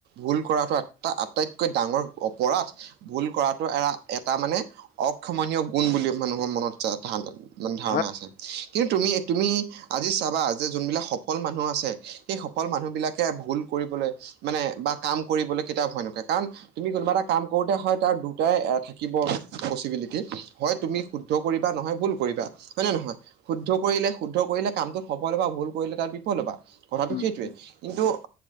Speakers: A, on the right; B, on the left.
A: ভুল কৰাটো এটা আটাইতক। কৈ ডাঙৰ অপৰাধ ভুল কৰাটো এ এটা মানে। অক্ষমনীয় গুণ বুলি মানুহৰ মনত ধান ধাৰণা
B: হয়,
A: আছে কিন্তু তুমি। তুমি আজি চাবা যে যোনবিলাক সফল মানুহ আছে। সেই সফল মানুহ বিলাকে ভুল কৰিবলৈ মানে বা কাম কৰিবলৈ কিতাপ ভয় নকৰে কাৰণ। তুমি কোনোবা এটা কাম কৰোতে হয় তাৰ দুটাই থাকিব। পচিবিলিতি হয় তুমি শুদ্ধ কৰিবা নহয় ভুল কৰিবা হয় নে নহয়। শুদ্ধ কৰিলে শুদ্ধ কৰিলে কামটোত সফল হ'ব বা ভুল কৰিলে তাত বিফল হ'বা। কথাটো
B: উম,
A: সেইটোৱে
B: উম।
A: কিন্তু অ।